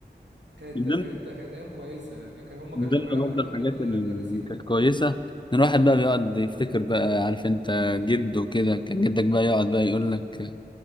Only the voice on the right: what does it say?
كانت
كانت كانت ايام كويسه يعني كان هم
كان
لهم علاقه كمان
بالمدرسين
وكده